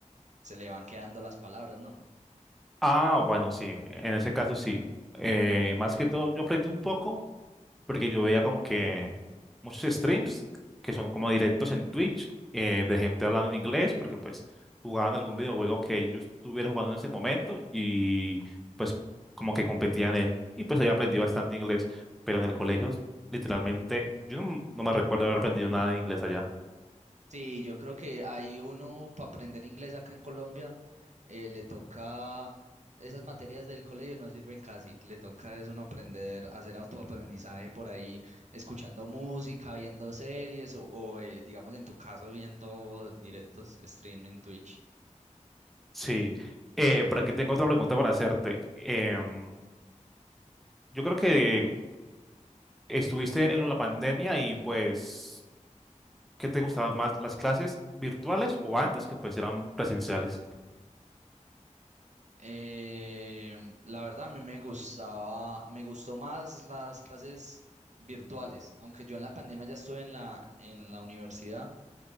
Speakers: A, on the right; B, in the centre.
A: se le van quedando las palabras, ¿no?
B: ah, bueno, sí, en ese caso sí. Eh, más que todo, yo aprendí un poco. porque yo veía como que muchos streams que son como directos en Twitch eh, de gente hablando en inglés, porque pues jugaban algún videojuego que yo estuviera jugando en ese momento y pues como que competía en él y pues ahí aprendí bastante inglés, pero en el colegio literalmente yo no, no me recuerdo haber aprendido nada de inglés allá.
A: Sí, yo creo que hay uno para aprender inglés acá en Colombia, eh, le toca, esas materias del colegio no sirven casi, le toca es uno aprender, hacer autoaprendizaje por ahí, escuchando música, viendo series o, o, eh, digamos en tu caso viendo directos stream en Twitch.
B: Sí, eh, por aquí tengo otra pregunta para hacerte. Em, yo creo que estuviste en la pandemia y pues... ¿Qué te gustaban más, las clases virtuales o antes que pues eran presenciales?
A: Eh, la verdad a mí me gustaba, me gustó más las clases virtuales, aunque yo en la pandemia ya estuve en la, en la universidad.